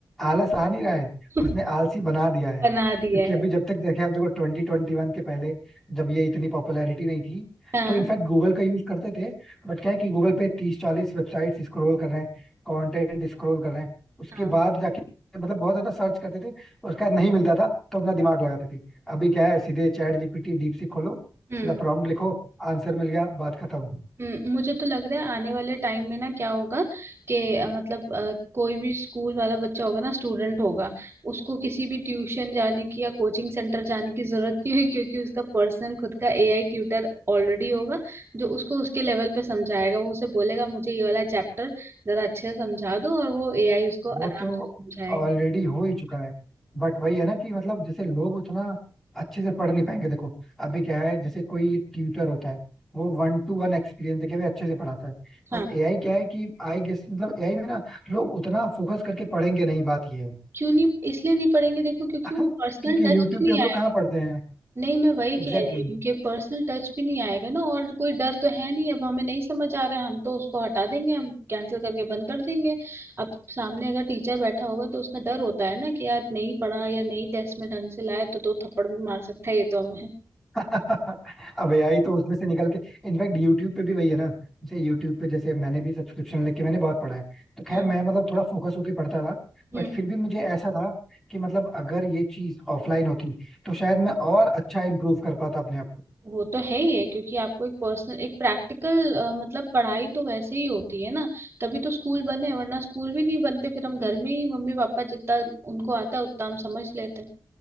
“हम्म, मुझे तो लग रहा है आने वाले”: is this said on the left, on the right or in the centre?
Right